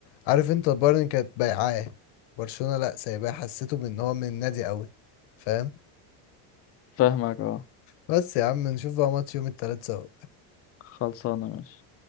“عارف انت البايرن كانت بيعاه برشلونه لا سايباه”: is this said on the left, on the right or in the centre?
Left